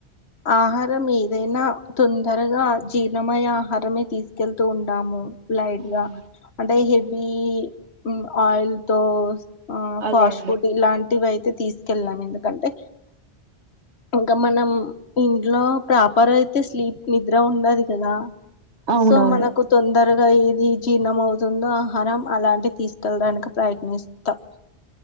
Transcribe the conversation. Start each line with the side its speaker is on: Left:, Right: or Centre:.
Left: ఆహారం ఏదైనా తొందరగా జీర్ణమయ ఆహారమే తీసుకెళ్తూ ఉంటాము. లైట్
Right: మ్,
Left: గా అంటే
Right: మ్,
Left: హెవి హు ఆయిల్తోస్ ఆ
Right: అదే
Left: ఫాస్ట్
Right: అండి
Left: ఫుడ్ ఇలాంటివి అయితే అయితే తీసుకెళ్ళం ఎందుకంటే గమనం ఇంట్లో ప్రాపర్ అయితే స్లీప్ నిద్ర ఉండదు. కదా
Right: అవునవును
Left: సో మనకు తొందర త్వరగా ఏది జీర్ణం అవుతుందో ఆహారం అలాంటి తీసుకెళ్ళడానికి ప్రయత్నిస్తాం.